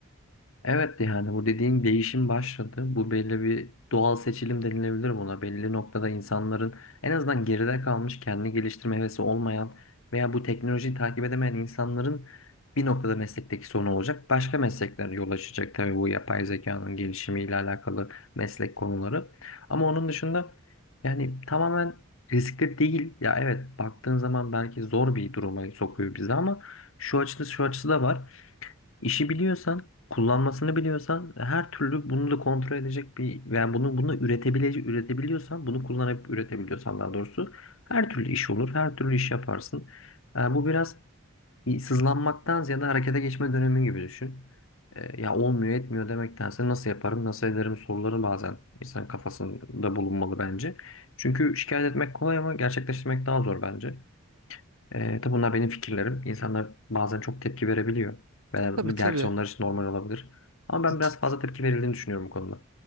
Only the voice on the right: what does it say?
Tabii
tabii.
Evet,